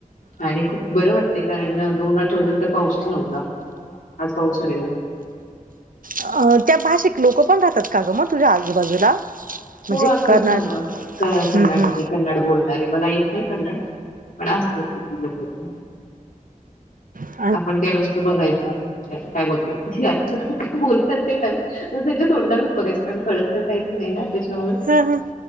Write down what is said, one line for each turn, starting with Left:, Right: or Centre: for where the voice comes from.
Left: आणि खूप बरं वाटते कारण दोन आठवडल तर पाऊसच नव्हता आज पाऊस पडलेला
Right: अ त्या भाषिक लोक पण राहतात का गं मग तुझ्या आजूबाजूला म्हणजे
Left: हो असतात
Right: कर्नाट
Left: ना कर्नाटक
Right: हम्म
Left: कन्नड बोलणारे मला येत नाही कन्नड प आसत्यात ती लोकं
Right: ह <inaudible> <unintelligible>
Left: आपण काय नुसतं बघायच. काय बोलतात हे, काय बोलतात ते ना तर त्यांच्या तोंडाकडेच बघायं कारण कळत तर काहीच नाही ना त्याच्यामुळे
Right: हा हा